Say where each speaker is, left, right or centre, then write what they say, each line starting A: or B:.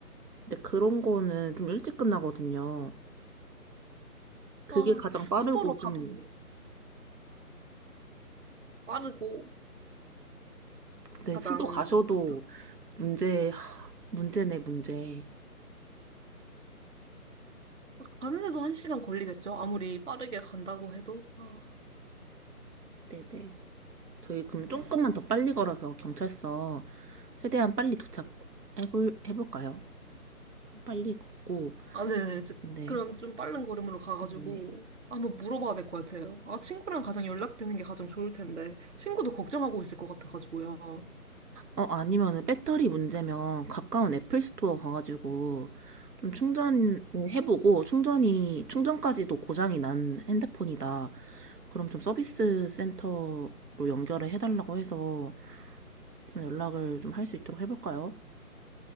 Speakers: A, on the right (about 85°); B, on the right (about 50°).
A: 근데 그런 거는 좀 일찍 끝나거든요. 그게
B: 아,
A: 가장 빠르고
B: 수도로 가도
A: 좀,
B: 빠르고
A: 근데
B: 가장,
A: 수도 가셔도
B: 가-
A: 문제, 하, 문제네, 문제.
B: 가는 데도 한 시간 걸리겠죠? 아무리 빠르게 간다고 해도. 아.
A: 네네. 저희 그럼 조금만 더 빨리 걸어서 경찰서 최대한 빨리 도착해볼, 해볼까요? 빨리 걷고,
B: 아, 네네. 저-
A: 네.
B: 그럼 좀 빠른 걸음으로 가가지고
A: 네.
B: 한번 물어봐야 될 것 같아요. 아, 친구랑 가장 연락되는 게 가장 좋을 텐데, 친구도 걱정하고 있을 것 같아가지고요. 어,
A: 어, 아니면은 배터리 문제면 가까운 애플 스토어 가가지고 좀 충전을 해보고 충전이, 충전까지도 고장이 난 핸드폰이다. 그럼 좀 서비스 센터로 연결을 해달라고 해서 좀 연락을 좀 할 수 있도록 해볼까요?